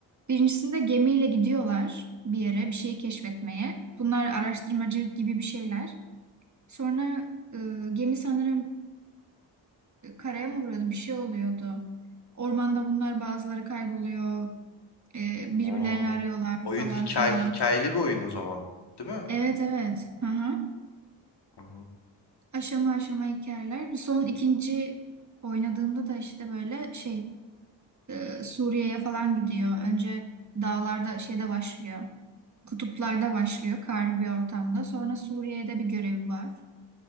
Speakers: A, on the right; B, on the left.
A: Birincisinde gemiyle gidiyorlar bir yere, bir şeyi keşfetmeye. Bunlar araştırmacı gibi bir şeyler. Sonra e, gemi sanırım e, karaya mı vuruyordu? Bir şey oluyordu. Ormanda bunlar bazıları kayboluyor. E, birbirlerini
B: Oo.
A: arıyorlar
B: Oyun
A: falan
B: hikaye,
A: filan.
B: hikayeli bir oyun o zaman. Değil mi?
A: Evet evet. Hı hı.
B: Aa.
A: Aşama aşama hikayeler. Bu son ikinci oynadığımda da işte böyle şey e, Suriye'ye falan gidiyor. Önce dağlarda şeyde başlıyor. Kutuplarda başlıyor karlı bir ortamda. Sonra Suriye'de bir görevi var.